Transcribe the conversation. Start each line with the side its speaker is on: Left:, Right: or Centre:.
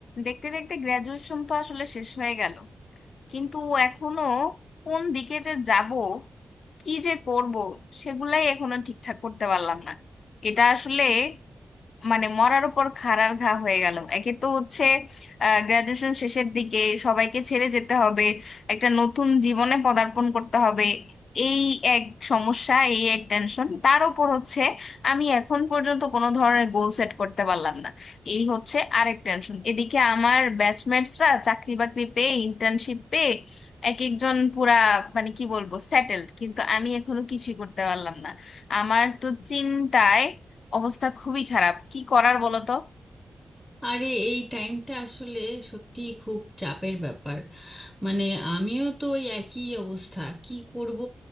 Left: দেখতে দেখতে গ্র্যাজুয়েশন তো আসলে শেষ হয়ে গেল কিন্তু এখনো কোন দিকে যে যাব কি যে করব সেগুলাই এখনো ঠিকঠাক করতে পারলাম না এটা আসলে মানে মরার উপর খাড়ার ঘা হয়ে গেল একে তো হচ্ছে গ্রাজুয়েশন শেষের দিকে সবাইকে ছেড়ে যেতে হবে একটা নতুন জীবনে পদার্পণ করতে হবে এই এক সমস্যা এই এক টেনশন তার উপর হচ্ছে আমি এখন পর্যন্ত কোনো ধরনের গোল সেট করতে পারলাম না এই হচ্ছে আরেক টেনশন এদিকে আমার ব্যাচমেটসরা চাকরি বাকরি পেয়ে ইন্টার্নশিপ পেয়ে এক একজন পুরা মানে কি বলবো সেটেলড কিন্তু আমি এখনো কিছুই করতে পারলাম না আমার তো চিন্তায় অবস্থা খুবই খারাপ কি করার বলো তো
Centre: আরে এই টাইমটা আসলে সত্যি খুব চাপের ব্যাপার মানে আমিও তো ওই একই অবস্থা কি করব